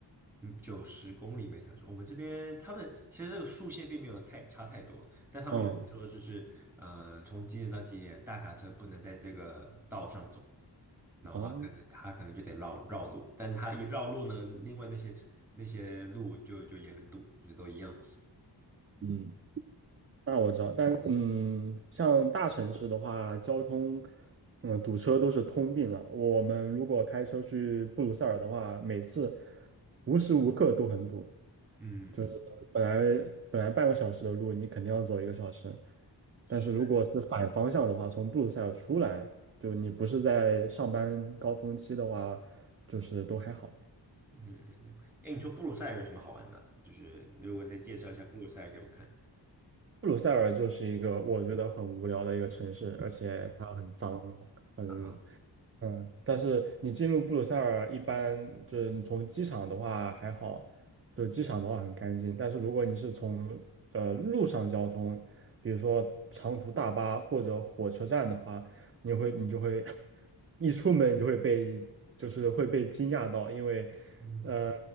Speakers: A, in the centre; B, on the right.
A: 嗯，九十公里每小时。我们这边他们其实这个速限并没有太差太多，但他们有说就是呃，
B: 嗯，
A: 从几点到几点，大卡车不能在这个道上走。然后他可能他可能就得绕绕路，
B: 哦，
A: 但他一绕路呢，另外那些那些路就就也很堵，所以都一样。
B: 嗯。那我知道，但嗯，像大城市的话，交通，嗯，堵车都是通病了。我们如果开车去布鲁塞尔的话，每次无时无刻都很堵，
A: 嗯嗯，
B: 就是本来本来半个小时的路，你肯定要走一个小时。但是如果是反方向的话，
A: 是，
B: 从布鲁塞尔出来，就你不是在上班高峰期的话，就是都还好。
A: 嗯嗯嗯。哎，你说布鲁塞尔有什么好玩的？就是如果再介绍一下布鲁塞尔给我看
B: 布鲁塞尔就是一个我觉得很无聊的一个城市，而且它很脏。很。
A: 啊，
B: 嗯，但是你进入布鲁塞尔，一般就是你从机场的话还好，就是机场的话很干净。但是如果你是从呃路上交通，比如说长途大巴或者火车站的话，你会你就会 <laughs> 一出门你就会被就是会被惊讶到，因为
A: 嗯
B: 呃，